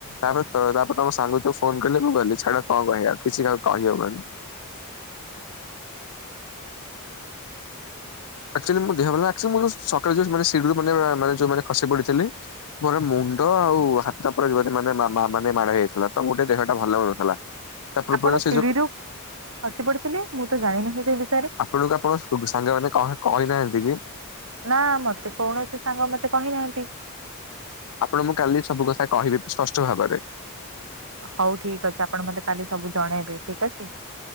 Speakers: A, on the left; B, on the right.
A: ତାପରେ ତାପରେ ତମ ସାଙ୍ଗ ଫୋନ କଲେ, ମୁଁ ଗଲିି ଛାଡ କଣ କହିବା କିଛି ତ କହିହବନି।
B: ସ
A: ଆକଚୋଲି ମୋ ଦେହ ସକାଲୁ ସିଡି ରୁ ମାନେ ଯୋଉ ମାନେ ଖସିପଡିଥିଲି ମୋର ମୁଣ୍ଡ ଆଉ ହାତ ଯୁବତୀ ମାନେ ମାନେ ମାଡ ହେଇଯାଇଥିଲା ତ ମୋର ଦେହଟା ଭଲ ଲାଗୁନଥିଲା। ତା ପୂର୍ବରୁ
B: ଆପଣ
A: ସେ
B: ଶିଡିିରୁୁ
A: ଯୋଉ
B: ଖସି ପଡିଥିଲେ ମୁଁ ତ ଜାଣିିନାହିଁ ଏଯାୟ
A: ଆପଣଙ୍କୁ ଆପଣ ସାଙ୍ଗମାନେ କହିନାହାନ୍ତିକି?
B: ନା ମତେ କୌଣସି ସାଙ୍ଗ ମତେ କହିନାହାନ୍ତି।
A: ଆପଣ ମୁଁ କାଲି ସବୁ କଥା କହିବି ସ୍ପଷ୍ଟ ଭାବରେ
B: ହଉ ଠିକ୍ ଅଛି ଆପଣ ମତେ କାଲି ସବୁ ଜଣେଇବେ ଠିକ୍ ଅଛି।